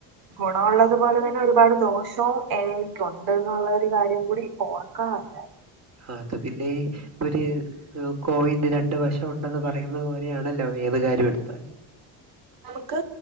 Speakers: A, on the right; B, on the right.
A: ഗുണമുള്ളതുപോലെ തന്നെ ഒരുപാട് ദോഷവും എ. ഐക്കുണ്ട് എന്നുള്ളൊരു കാര്യം കൂടി ഓർക്കണം എല്ലാരും
B: അത് പിന്നേ, ഒരു കോയിന്റെ രണ്ടു വശം ഉണ്ടെന്ന് പറയുന്ന പോലെയാണല്ലോ ഏത് കാര്യം എടുത്താലും
A: നമുക്ക്